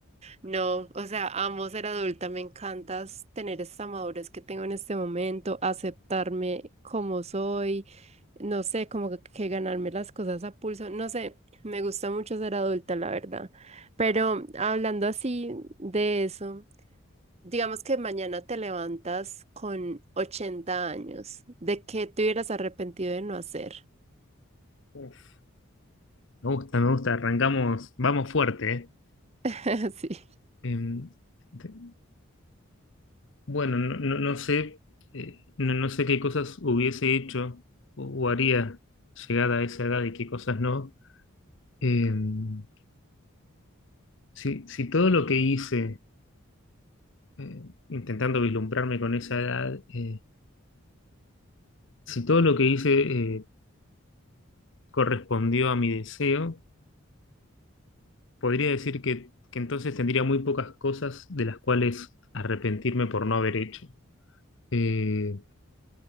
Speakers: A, on the right (about 30°); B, on the left (about 60°).
A: No, o sea, amo ser adulta, me encanta s- tener esta madurez que tengo en este momento, aceptarme como soy, no sé, como que, que ganarme las cosas a pulso, no sé, me gusta mucho ser adulta, la verdad. Pero hablando así de eso, digamos que mañana te levantas con 80 años, ¿de qué te hubieras arrepentido de no hacer?
B: <laughs> Me gusta, me gusta. Arrancamos, vamos fuerte, ¿eh?
A: <laughs> Sí.
B: Em, te- bueno, no, no- no sé, eh, no, no sé qué cosas hubiese hecho o, o haría llegada a esa edad y qué cosas no. Em, si, si todo lo que hice, eh, intentando vislumbrarme con esa edad, eh, si todo lo que hice eh, correspondió a mi deseo, podría decir que, que entonces tendría muy pocas cosas de las cuales arrepentirme por no haber hecho. Eh,